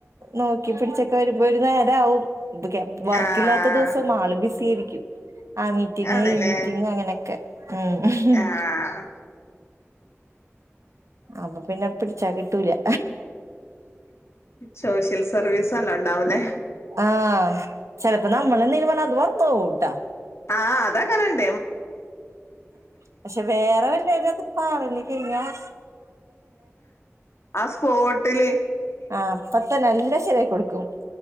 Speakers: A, on the right; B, on the left.
A: നോക്കി പിടിച്ചൊക്കെ വരുമ്പോ ഒരുനേരാവും പ്പോ ക്യാ വർക്കില്ലാത്ത
B: ആഹ്
A: ദിവസം ആള് ബിസി ആയിരിക്കും ആഹ് മീറ്റിംഗ
B: ആണ്ല്ലേ
A: ഈ മീറ്റിംഗ അങ്ങനെയൊക്കെ ഉം
B: ആഹ്
A: അപ്പൊ പിന്നെ പിടിച്ചാ കിട്ടൂല
B: സോഷ്യൽ സർവീസല്ലാം ഉണ്ടാവൂല്ലേ
A: ആഹ് ചെലപ്പോ നമ്മള ന്ത്യൽ പറഞ്ഞാൽ അത് മർന്നോവുട്ടോ
B: ആഹ് അതെങ്ങനെണ്ട്
A: പക്ഷെ വേറെ വല്ലത് പറഞ് കഴിഞ്ഞാൽ
B: ആ സ്ഫോട്ടില്
A: ആഹ് അപ്പത്തെ എല്ലാം ശരിയാക്കി കൊടുക്കും